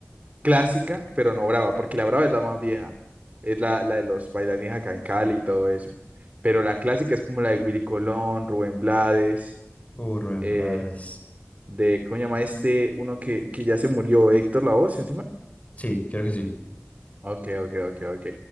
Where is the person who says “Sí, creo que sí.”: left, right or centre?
Left